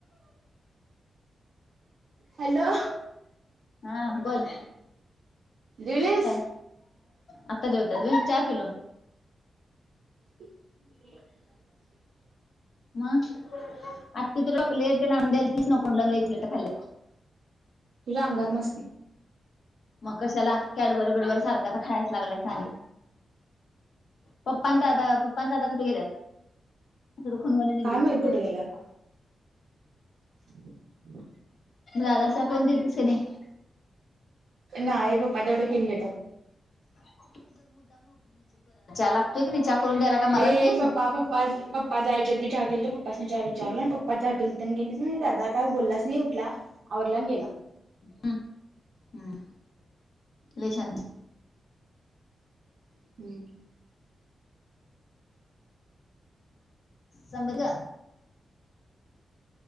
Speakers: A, on the right (about 65°); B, on the left (about 55°).
A: हॅलो
B: हा बोल
A: जेवलीस
B: काय आता जेवत्यात होय चहा पिलो
A: <inaudible>
B: मग आज तिथु रकले ना द्याला तीच नकों ल ल इकल खा
A: तुझ्या अंगात मस्ती
B: मग कशाला कॅडबरी बिडबरी सारखा तर खायच लागलाय पप्पा दादा पप्पा आणी दादा कुठ गेल्यात डखूनवाला निघडीत
A: काय माहित कुठे गेलात <inaudible>
B: गावात साखर दीलतीस का नाही
A: नाय पप्पा तेवढे फीरून येत्यात
B: ह <inaudible> लागतोय कणी चहा करून द्यायला काय मरालतीस
A: एम पप्पा पपा पप्पा जायच्या अधी चहा केली तर प्पसनी चहा विचारलो आणि पप्पा चहा पली त्यां गेली नाही दादा काय बोललाच नाही उठला. आवरला आणि गेला.
B: हम् हम् लई शहाणी
A: <unintelligible> <inaudible>
B: संबर का